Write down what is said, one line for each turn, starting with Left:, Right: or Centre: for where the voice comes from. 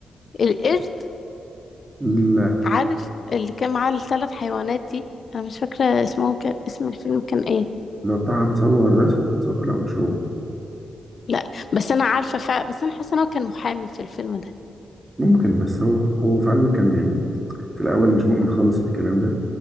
Left: القرد
Right: لا
Left: عارف اللي كان معاه الثلاث حيوانات دي انا مش فاكره اسمه كان اسم الفيلم كان ايه
Right: لو بتاع هنصور ده كان صور لا مش هو
Left: لا بس انا عارفه ف... بس انا حاسه ان هو كان محامي في الفيلم ده
Right: ممكن بس هو هو فعلا كان يعني في الأول مش مؤمن خالص بالكلام ده